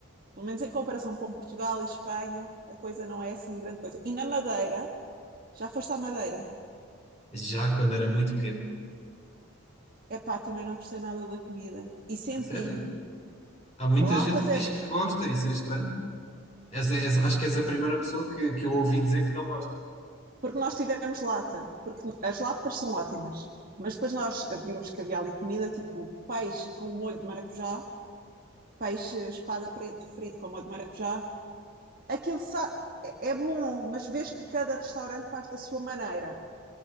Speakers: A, on the right; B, on the left.
A: Pelo menos em comparação com Portugal e Espanha, a coisa não é assim grande coisa. E na Madeira, já foste à Madeira?
B: Já quando era muito pequeno.
A: Epá, também não gostei nada da comida. E senti,
B: A sério? Há muita
A: lapas
B: gente que
A: é.
B: diz que gosta, isso é estranho. És- és- acho que és a primeira pessoa que, que eu ouvi dizer que não gosta.
A: Porque nós tivemos lata, porque as lapas são ótimas. Mas depois nós vimos que havia ali comida, tipo peixe com molho de maracujá, peixe espada preto frito com molho de maracujá. Aquilo sa- é é bom, mas vês que cada restaurante faz da sua maneira.